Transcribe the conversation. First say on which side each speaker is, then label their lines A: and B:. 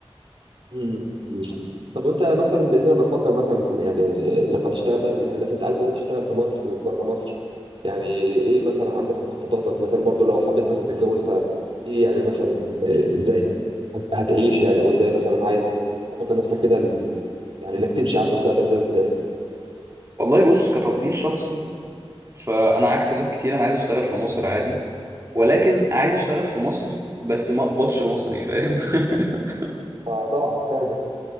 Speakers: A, on the right; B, on the right.
A: امم أمم. طب وانت مثلا باذن الله بتفكر مثلا يعني لما تشتغل بقى باذن الله فانت عايز مثلا تشتغل في مصر بره مصر يعني ايه مثلا عندك مخططاتك مثلا برضو لو حبيت مثلا تتجوز فايه يعني مثلا إيه، ازاي هت- هت- هتعيش يعني او ازاي مثلا عايز تحط نفسك كده ال- يعني انك تمشي على المستقبل ده ازاي؟
B: والله بص كتفضيل شخصي فأنا عكس ناس كتير أنا عايز أشتغل في مصر عادي ولكن عايز أشتغل في مصر بس ما أقبضش مصري فاهم <laughs>
A: اه طبعا فاهمك